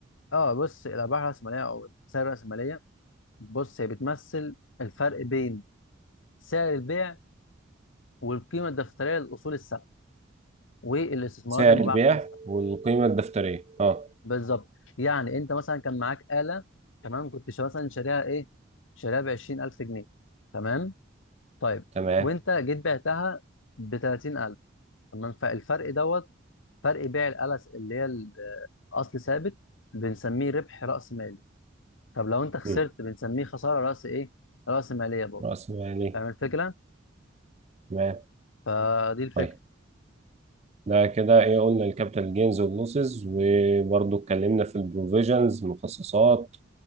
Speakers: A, on the left; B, on the right.
A: اه بص الارباح الراسماليه او الخسائر الراسماليه بص هي بتمثل الفرق بين سعر البيع والقيمه الدفتريه للاصول الثابته والاستثمارات
B: سعر
A: المباحه
B: البيع
A: خلال السنه
B: والقيمة الدفترية اه
A: بالظبط يعني انت مثلا كان معاك آلة تمام كنت شا- مثلا شاريها ايه شاريها ب 20000 جنيه تمام طيب
B: تمام
A: وانت جيت بعتها ب 30000 تمام فالفرق دوت فرق بيع الألس اللي هي ال- آه، أصل ثابت بنسميه ربح رأس مالي طب لو انت خسرت
B: مم.
A: بنسميه خسارة رأس ايه رأس مالية برضه
B: رأس مالي
A: فاهم الفكرة
B: تمام
A: فدي الفكرة
B: طيب ده كده ايه قلنا الكابيتال جينز واللوسز وبرضه اتكلمنا في البروفيجنز مخصصات